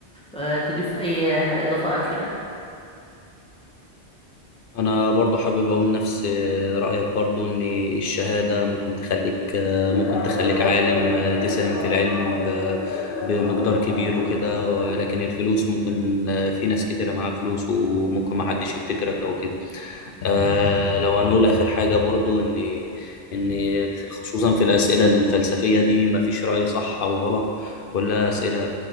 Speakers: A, in the centre; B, on the left.
A: آه، تضيف اي اضافة اخيرة
B: انا برضو حابب اقول نفس رأيك برضو ان الشهادة ممكن تخليك ممكن تخليك عالم تساهم في العلم ب... بمقدار كبير وكده ولكن الفلوس ممكن في ناس كتيرة معاها فلوس وممكن ما حدش يفتكرك او كده آه لو هنقول آخر حاجة برضو إن إن خصوصا في الأسئلة الفلسفية دي مفيش رأي صح أو غلط كلها أسئلة